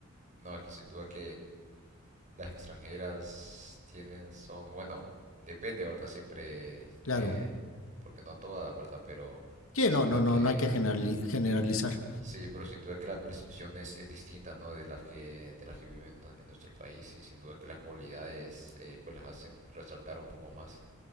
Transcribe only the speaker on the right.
No, es que sin duda que las extranjeras tienen, son, bueno, depende, ¿verdad? Siempre,
eh, porque no todas, ¿verdad? Pero
sin
duda
que,
sí, pero sin duda que la percepción es, es distinta, ¿no? De las que, de las que viven en nuestro país y sin duda que las cualidades, eh, pues las hacen resaltar un poco más.